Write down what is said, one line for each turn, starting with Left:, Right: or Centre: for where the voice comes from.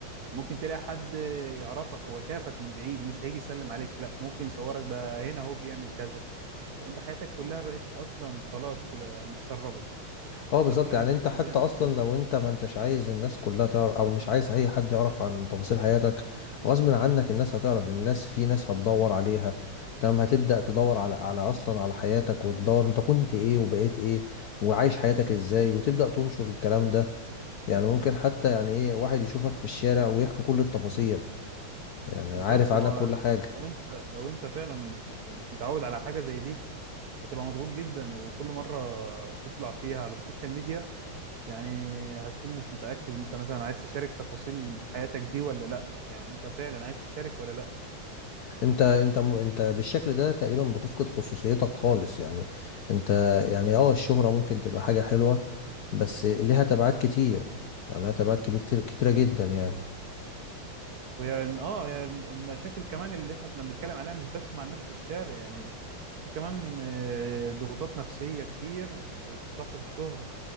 Right: ممكن تلاقي حد يعرفك هو شافك من بعيد مش هيجي يسلم عليك لا ممكن يصورك ده هنا هو بيعمل كذا طب انت حياتك كلها بقت اصلا خلاص كده متسربه
Left: اه بالظبط
Right: ده فلان
Left: يعني
Right: هنا
Left: انت حتى
Right: وبيعمل
Left: اصلا
Right: كذا
Left: لو انت ما انتش عايز الناس كلها تعرف او مش عايز اي حد يعرف عن تفاصيل حياتك غصب عنك الناس هتعرف الناس في ناس هتدور عليها تمام هتبدأ تدور على على اصلا على حياتك وتدور انت كنت ايه وبقيت ايه وعايش حياتك ازاي وتبدأ تنشر الكلام ده يعني ممكن حتى يعني ايه واحد يشوفك في الشارع ويحكي كل التفاصيل يعني عارف
Right: بالظبط
Left: عنك
Right: هو
Left: كل
Right: لو
Left: حاجة
Right: لو انت لو انت فعلا مش مش متعود على حاجه زي دي هتبقى مضغوط جدا وكل مره تطلع فيها على السوشيال ميديا يعني هتكون مش متاكد انت مثلا عايز تشارك تفاصيل حياتك دي ولا لا يعني انت فعلا عايز تشارك ولا لا
Left: انت انت م- انت بالشكل ده تقريبا بتفقد خصوصيتك خالص يعني انت يعني اه الشهرة ممكن تبقى حاجة حلوة بس لها تبعات كتير يعني لها تبعات كبير- كتيرة جدا يعني
Right: وهي الم- اه هي المشاكل كمان اللي احنا كنا بنتكلم عليها مش بس مع الناس في الشارع يعني في كمان آه، ضغوطات نفسية كتير بتصاحب الشهرة